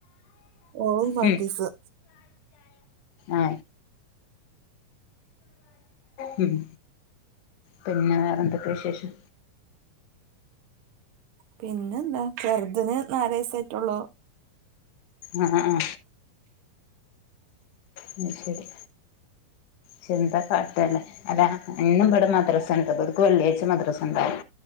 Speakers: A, on the right; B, on the left.
A: ഓളും ഹുമാനിറ്റീസ്
B: ഉം. ആ. മം. പിന്നെ വേറെന്തൊക്കെ വിശേഷം?
A: പിന്നെ എന്താ, ചെറുതിന് നാല് വയിസ് ആയിട്ടുള്ളൂ.
B: ആഹ് ആ ആ. അത് ശരി. ശ്ന്താക്കാട്ടല്ലേ അല്ല ഇന്നു പെടും മദ്രസ <unintelligible> വെള്ളിയാഴ്ച മദ്രസണ്ടാവും,